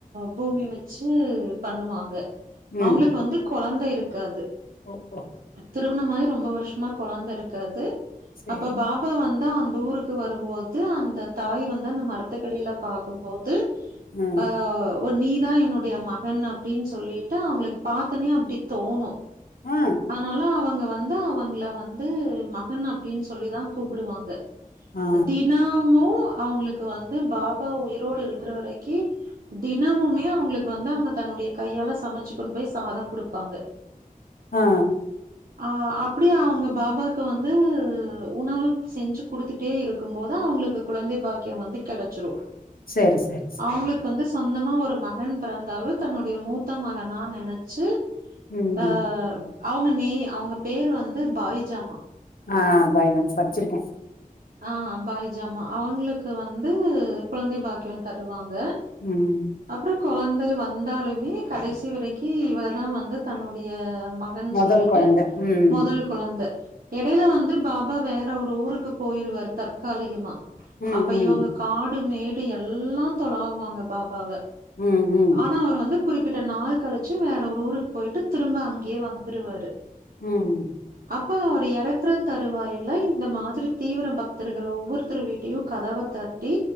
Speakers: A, on the right; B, on the left.
A: பூமி வச்சு பண்ணுவாங்க
B: ம்
A: அவங்களுக்கு வந்து கொழந்த இருக்காது
B: ஓ ஓ
A: திருமணமாயி ரொம்ப வருஷமா கொழந்த இருக்காது
B: சரி
A: அப்ப பாப் ப்பா வந்தா அந்த ஊருக்கு வரும்போது அந்த தாய் வந்து அந்த மரத்துக்கடில பாக்கும்போது
B: ஆ
A: ஆவ் ஒ நீதா என்னுடைய மகன் அப்டின் சொல்லிட்டு அவ்ங்களுக் பாத்தோனே அப்டி தோணு
B: ஆ
A: அனால அவங்க வந்து அவங்ள வந்து மஹன் அப்டின் சொல்லிதா கூப்டுவாங்க
B: ஆ
A: தினாமு அவ்ங்ளுக் வந்து பாபா உயிரோடு இருக்ற வரைக்கி தினமுமே அவ்ங்ளுக் வந்து அவ்ங்க தன்னுடைய கையால சமச்சுக் கொண்டு போய் சாதம் கொடுப்பாங்க
B: ஆ
A: ஆ அப்டியா அவ்ங்கு பாபாக்கு வந்து உணவு செஞ்சு குடுத்துட் ட்டே இருக்கும் போது அவ்ங்ளுக்கு குழந்தை பாக்ய வந்து கெடச்சிரு
B: சரி சரி சரி
A: அவ்ங்ளுக் வந்து சொந்தமா ஒரு மஹன் பிறந்தாலு தன்னுடைய மூத்த மகனா நெனச்சு
B: ம்
A: அ அவ்ங்க நீ அவ்ங்க பேர் வந்து பாய்ஜாமா
B: ஆ பாய்தா படிச்சிருக்கே
A: ஆ பாய்ஜாமா அவ்ங்ளுக்கு வந்து குழந்தை பாக்யு தருவாங்க
B: ம்
A: அப்றோ கொழந்டு வந்தாலுமே கடேசி வரக்கி இவளதா வந்து தன்னுடைய மக் கன்
B: முதல்
A: சொல்லிட்டு
B: குழந்த ம்
A: மொதல் கு குழந்த எடைய்ல வந்து பாபா வேற ஒரு ஊருக்கு போயிருவார் தற்காலிகமா
B: ம்,
A: அப்ப
B: ம்.
A: இவங்க காடு மேடு எல்லா தொளாவ்வாங்க பாபாவ
B: ம் ம்
A: ஆனா அவர் வந்து குறிப்பிட்ட நாள் கழிச்சு வேற ஒரு ஊருக் போய்ட்டு திரும்ப அங்க்யே வந்துருவாரு
B: ம் உ
A: அப்ப அவர் யறக்ற தருவாயில இந்த மாதிரி தீவிர பக்தர்கள் ஒவ்வொருத்தர் வீட்டையு கதவ தட்டி